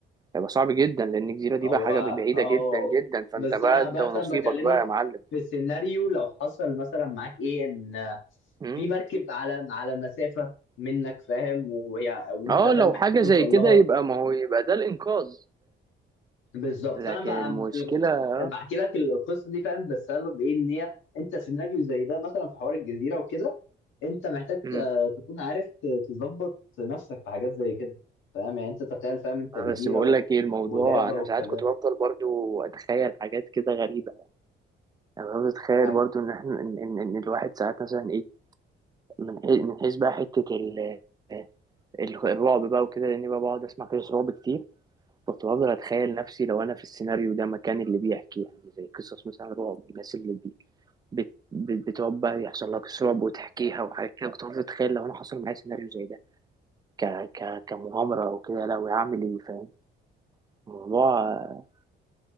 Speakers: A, on the right (about 20°); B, on the left (about 75°).
A: هيبقى صعب جدا لان الجزيره دي
B: هو
A: بقى حاجه بعيده
B: اه
A: جدا جدا فانت
B: بس
A: بقى
B: انا
A: انت ونصيبك
B: مثلا بكلمك
A: بقى يا معلم
B: في سيناريو لو حصل مثلا معاك ايه ان
A: مم.
B: في مركب على على مسافه منك فاهم وهي وانت
A: اه
B: فاهم
A: لو
B: محتاج
A: حاجه
B: توصل
A: زي كده
B: لها
A: يبقى ما هو يبقى ده الانقاذ
B: بالظبط
A: لكن
B: فانا بقى
A: المشكله
B: ال- بحكي لك القصه دي فاهم بسبب ايه ان هي انت سيناريو زي ده مثلا في حوار الجزيره وكده انت محتاج
A: مم.
B: آه، تكون عارف ت- تظبط نفسك في حاجات زي كده فاهم يعني انت تخيل فاهم انت
A: آه،
B: جزيره
A: بس بقول
B: و-
A: لك ايه الموضوع
B: وغابه
A: انا
B: وكلام
A: ساعات كنت بفضل برضو اتخيل حاجات كده غريبه يعني انا بتخيل
B: عارف-
A: برضو ان احنا ان, إن, إن الواحد ساعات مثلا ايه من حيث من حيث بقى حته ال- ال- الرعب بقى وكده لاني بقى بقعد اسمع قصص رعب كتير كنت بفضل اتخيل نفسي لو انا في السيناريو ده مكان اللي بيحكي يعني زي قصص مثلا رعب الناس اللي بي بت بت- بتقعد بقى يحصل لها قصص رعب وتحكيها وحاجات كده كنت بفضل اتخيل لو انا حصل معايا سيناريو زي ده ك ك كمغامره او كده لو هعمل ايه فاهم الموضوع